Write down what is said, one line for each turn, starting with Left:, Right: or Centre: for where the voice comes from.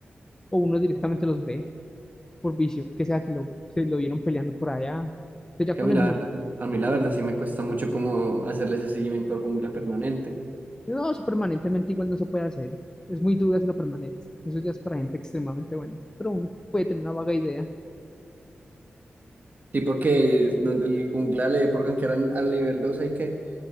Left: o uno directamente los ve por vicio, que sea que lo, se lo vieron peleando por allá. Pero ya
Right: Que
Left: con
Right: a mí
Left: eso
Right: la
Left: no,
Right: verdad, a mí la verdad sí me cuesta mucho como hacerle ese seguimiento al jungla permanente.
Left: no, eso permanentemente igual no se puede hacer. Es muy duro hacerlo permanente. Eso ya es para gente extremadamente buena. Pero uno puede tener una vaga idea
Right: Sí, porque es donde el jungla le pongan que eran al nivel 2 hay que...